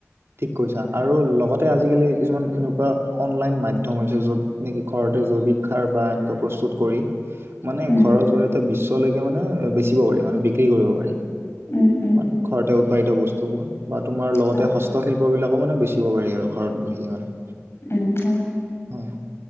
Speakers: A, on the right; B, on the left.
A: ঠিক কইছা আৰু লগতে আজিকালি কিছুমান এনেকুৱা অনলাইন মাধ্যম হৈছে য'ত নেকি ঘৰতে জৈৱিক সাৰ বা এনেকুৱা প্ৰস্তুত কৰি মানে
B: উম,
A: ঘৰৰ জৰিয়তে বিশ্বলৈকে মানে বেচিব পাৰি মানে বিক্ৰী কৰিব পাৰি।
B: উম-উম।
A: মানে ঘৰতে উৎপাদিত বস্তুবোৰ বা তোমাৰ লগতে
B: হয়,
A: হস্তশিল্প <unintelligible> বিলাকো মানে বেচিব পাৰি আৰু ঘৰত বহিয়ে মানে।
B: উম, হয়।
A: হয়।